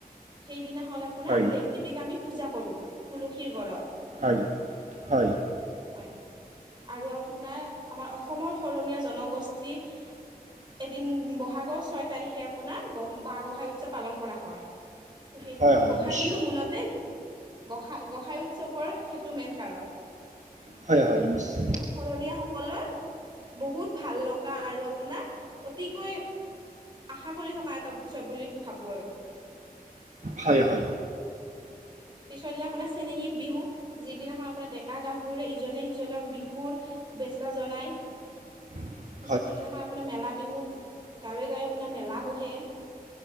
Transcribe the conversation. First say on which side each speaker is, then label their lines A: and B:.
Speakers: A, on the right (about 30°); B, on the right (about 50°).
A: সেইদিনা হ'ল আপোনাৰ
B: হয় হয়
A: দেৱ দেৱীক আমি পূজা কৰোঁ তুলসীৰ গৰত।
B: হয়, হয়।
A: হয় আৰু আপোনাৰ আমাৰ অসমৰ শৰণীয়া জনগোষ্ঠী এদিন বহাগৰ ছয় তাৰিখে আপোনাৰ গ বাঁহ গোঁসাই উৎসৱ পালন কৰা হয়। ত' সেইদিনাখন
B: হয় হয়
A: গোঁসাই
B: নিশ্চয়
A: বিহু মূলতে গোঁসাই গোঁসাই উৎসৱৰ সেইটো মেইন কাৰণ।
B: হয় হয় নিশ্চয়।
A: শৰণীয়াসকলৰ বহুত ভাল লগা আৰু আপোনাৰ অতিকৈ আশা কৰি থকা এটা উৎসৱ বুলি ভাবো আৰু।
B: হয়, হয়।
A: পিছৰ দিনা আপোনাৰ চেনেহী বিহু যিদিনাখন আপোনাৰ ডেকা গাভৰু ইজনে সিজনক বিহুৰ শুভেচ্ছা জনাই।
B: <inaudible>
A: পিছৰ দিনাখন আপোনাৰ মেলা বিহু গাঁৱে গাঁৱে আপোনাৰ মেলা বহে।